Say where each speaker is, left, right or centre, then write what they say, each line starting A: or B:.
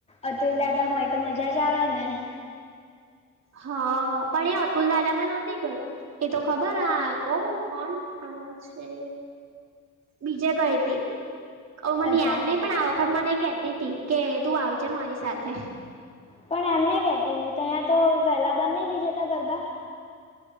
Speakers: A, on the left; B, on the right.
A: 'અતુલદાદા' હોય તો મજા જ આવે ને!
B: હ પણ એ 'અતુલદાદા'માં નહોતી ગઈ. એ તો ખબર આ કોવ કોણ આવે છે? બીજે ગઈ તી મને
A: અચ્છા
B: યાદ નહી પણ આ વખત મને કેહતી હતી કે તું આવજે મારી સાથે
A: પણ એમ નહી કેતી હું તો અહીંયા તો વહેલા બંધ નહી થય જતા ગરબા! !